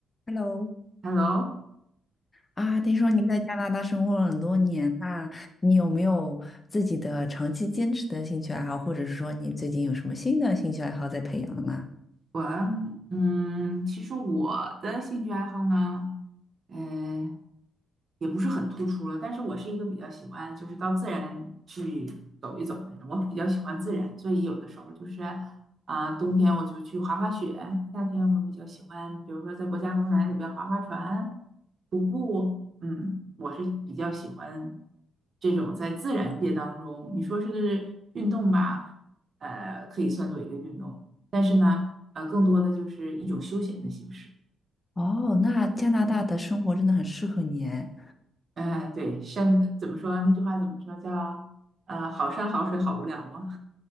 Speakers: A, on the left (about 30°); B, on the right (about 50°).
A: Hello，
B: Hello，
A: 啊，听说你在加拿大生活了很多年，那你有没有自己的长期坚持的兴趣爱好，或者是说你最近有什么新的兴趣爱好在培养的吗？
B: 我嗯，其实我的兴趣爱好呢，呃，也不是很突出了，但是我是一个比较喜欢就是到自然去走一走的人，我比较喜欢自然，所以有的时候就是啊、冬天我就去滑滑雪，夏天我比较喜欢，比如说在国家公园里边划划船、徒步，嗯，我是比较喜欢这种在自然界当中，你说是运动吧，呃，可以算作一个运动。但是呢，呃，更多的就是一种休闲的形式。
A: 哦，那加拿大的生活真的很适合你哎。
B: 呃，对，山怎么说？那句话怎么说？叫呃，好山好水好无聊吗？